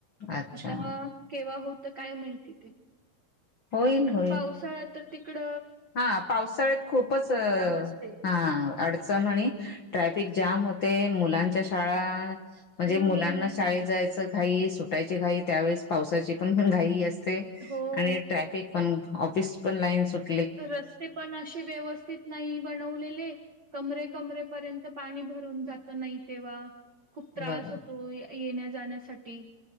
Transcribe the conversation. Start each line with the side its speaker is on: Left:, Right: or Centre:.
Left: अच्छा
Right: आता केव्हा होत काय माहिती ते
Left: होईल होईल
Right: पावसाळ्या तर तिकड
Left: हा पावसाळेत खूपच अ
Right: असते.
Left: हा अडचण म्ह ट्रॅफिक जाम होते मुलांच्या शाळा म्हणजे
Right: हम्म.
Left: मुलांना शाळेत जायचं घाई सुटायची घाई त्यावेेळेस पावसाची पण घाई असते.
Right: हो
Left: आणि ट्रॅफिक पण ऑफिस पण लाईन सुट
Right: रस्ते पण अे व्यवस्थित नाही बनवलेले कमरे कमरेपर्यंत पाणी भरून जात नाही तेव्हा खूप त्रास
Left: बरोबर
Right: होतो येण्या जाण्यासाठी.